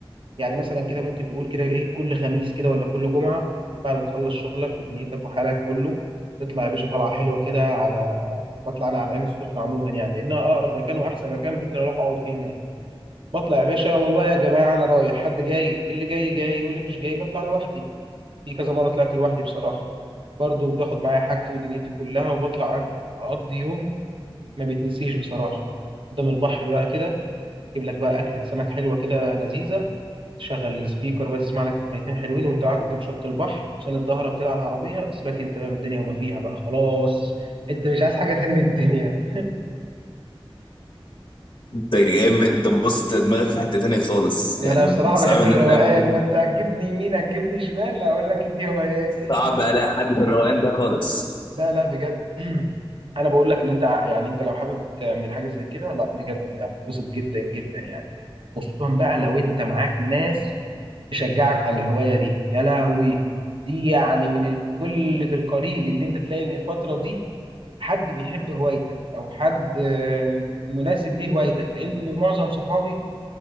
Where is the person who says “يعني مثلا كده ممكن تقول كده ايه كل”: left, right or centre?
Right